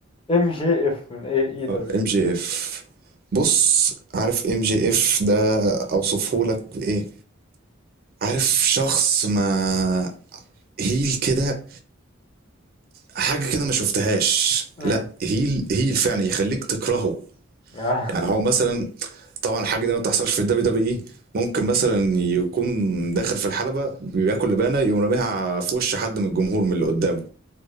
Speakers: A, on the left; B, on the right.
A: ام جي اف من اي اي دبليو
B: <laughs> ام جي اف بص عارف ام جي اف ده اوصفه لك بايه عارف شخص ما هيل كده حاجة كده ما شفتهاش
A: امم
B: لا هيل هيل فعلا يخليك تكرهه
A: <laughs> يا
B: يعني هو مثلا طبعا الحاجة دي ما بتحصلش في الدبليو دبليو اي ممكن مثلا يكون داخل في الحلبة بياكل لبانة يقوم راميها في وش حد من الجمهور من اللي قدامه